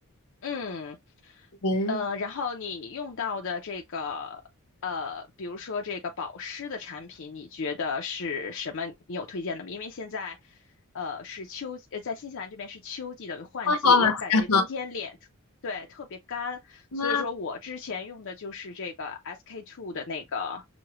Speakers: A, on the left; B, on the left.
A: 嗯，
B: 喂，
A: 呃，然后你用到的这个，呃，比如说这个保湿的产品，你觉得是什么？你有推荐的吗？因为现在，呃，是秋季，呃在新西兰这边是秋季，等于换季。
B: 哇，好好吃
A: 我感觉今天脸特对特别干，
B: 啊！
A: 所以说我之前用的就是这个 SK two 的那个，